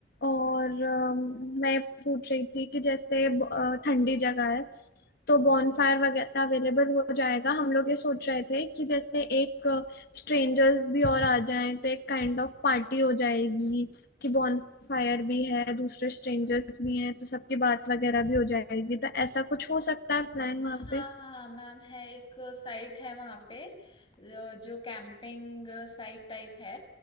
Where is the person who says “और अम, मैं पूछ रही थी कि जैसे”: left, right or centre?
Left